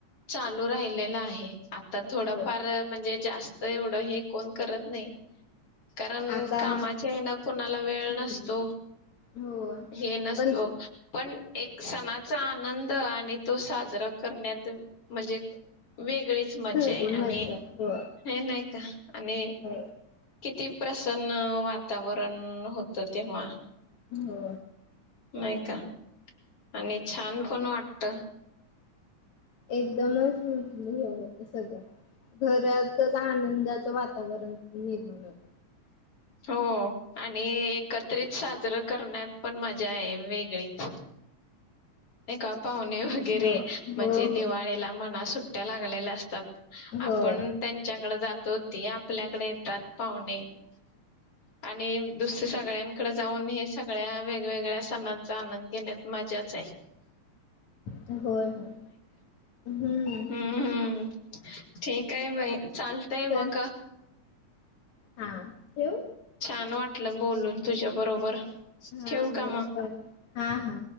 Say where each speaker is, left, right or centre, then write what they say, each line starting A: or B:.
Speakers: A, on the left (about 50°); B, on the left (about 70°).
A: चालू राहिलेला आहे. आता थोडंफार
B: हो
A: म्हणजे जास्त एवढं हे कोण करत नाही कारण
B: आता
A: कामाच्या हेन कोणाला वेळ
B: हम्म
A: नसतो
B: हो
A: हे नसतो,
B: पण
A: पण एक सणाचा आनंद आणि तो साजरा करण्या म्हणजे वेगळीच मजा
B: खरी
A: आहे आणि
B: मज्जा हो
A: हे नाही का आणि
B: हो
A: किती प्रसन्न वातावरण होतं तेव्हा
B: हो
A: नाही का आणि छान पण वाटत.
B: एक दमच होत सगळं घरातच आनंदाचं वातावरण निर्माण होत.
A: हो आणि एकत्रित साजरं करण्यात पण मजा आहे वेगळीच एका पाहुणे वगैरे
B: हो हो
A: म्हणजे
B: हो
A: दिवाळीला मना सु सुट्ट्या लागलेल्या असतात. आपण
B: होय
A: त्यांच्याकड जा तर ते आपल्याकडे येतात पाहुणे <inaudible> आणि दुसर सगळ्यांकडे जाऊन हे सगळ्या वेगवेगळ्या सणांचा आनंद घेण्यात मजाच हाय.
B: अता होय होय हम्म ह
A: हम्म हम्म ठीक आहे बाई चालतय
B: चल
A: मक
B: हा ठेवू.
A: छान वाटलं बोलून तुझ्या बरोबर
B: हा
A: ठेवूका
B: मला
A: म?
B: पण हा हा